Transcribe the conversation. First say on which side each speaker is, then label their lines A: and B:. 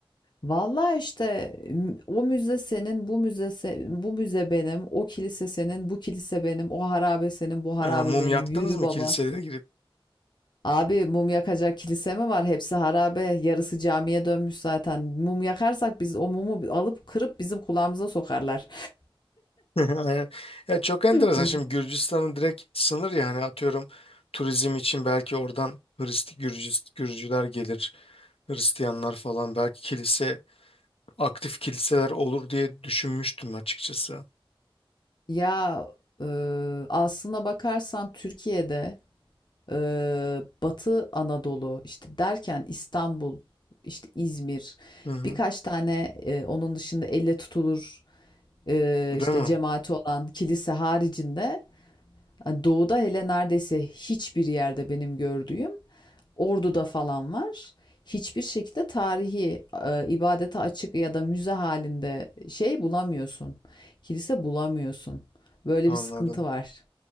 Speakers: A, on the left; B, on the left.
A: Vallahi işte m- o müze senin, bu müze se- bu müze benim, o kilise senin, bu kilise benim, o harabe senin, bu harabe
B: E, mum
A: benim.
B: yaktınız
A: Yürü
B: mı
A: baba.
B: kilisede
A: Abi mum yakacak kilise mi var? Hepsi harabe. Yarısı camiye dönmüş zaten. Mum yakarsak biz o mumu bi- alıp kırıp bizim kulağımıza sokarlar.
B: <laughs> Aynen. Ya çok enteresan.
A: <laughs> Oy.
B: Şimdi Gürcistan'ın direkt sınır yani atıyorum turizm için belki oradan Hristi Gürcist- Gürcüler gelir, Hristiyanlar falan belki kilise aktif kiliseler olur diye düşünmüştüm açıkçası.
A: Ya e, aslına bakarsan Türkiye'de e, Batı Anadolu işte derken İstanbul, işte İzmir
B: Hı hı.
A: birkaç tane e, onun dışında elle tutulur e,
B: Değil
A: işte
B: mi?
A: cemaati olan kilise haricinde hani doğuda hele neredeyse hiçbir yerde benim gördüğüm Ordu'da falan var. Hiçbir şekilde tarihi e, ibadete açık ya da müze halinde şey bulamıyorsun. Kilise bulamıyorsun. Böyle
B: Anladım.
A: bir sıkıntı var.